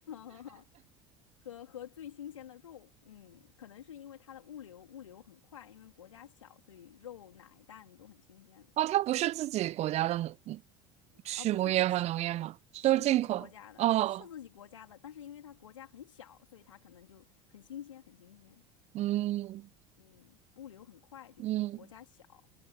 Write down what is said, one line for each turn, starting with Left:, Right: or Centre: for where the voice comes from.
Left: <laughs> 和和最新鲜的肉，嗯，可能是因为它的物流物流很快，因为国家小，所以肉、奶、蛋都很新鲜，所以
Right: 哦，它不是自己国家的嗯畜牧业和农业嘛，
Left: 啊，不是不是是是自己国家的，
Right: 都是进口的哦，
Left: 是自己国家的，但是因为它国家很小，所以它可能就很新鲜，很新鲜。
Right: 嗯
Left: 嗯，物流很快，就是因为国家小。
Right: 嗯。